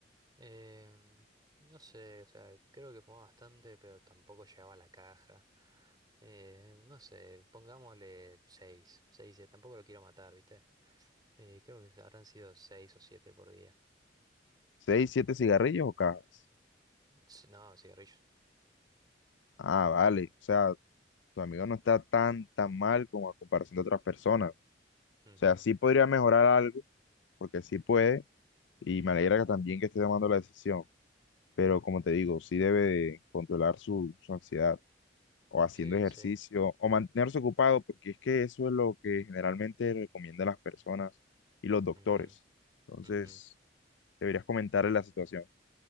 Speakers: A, on the right; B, on the left.
A: Em, no sé, o sea, creo que fumaba bastante, pero tampoco llegaba a la caja. Eh, no sé, pongámosle seis seis 6, tampoco lo quiero matar, ¿viste? Eh, creo que habrán sido 6 o 7 por día.
B: ¿Seis, siete cigarrillos o cajas?
A: Ts- No, cigarrillos.
B: Ah, vale, o sea, tu amigo no está tan, tan mal como a comparación de otras personas. O
A: Ujú.
B: sea, sí podría mejorar algo, porque sí puede, y me alegra que también que esté tomando la decisión, pero como te digo, sí debe de controlar su, su ansiedad, o haciendo
A: Sí,
B: ejercicio,
A: sí.
B: o mantenerse ocupado, porque es que eso es lo que generalmente recomiendan las personas y los doctores.
A: Ujú,
B: Entonces,
A: ujú.
B: deberías comentarle la situación.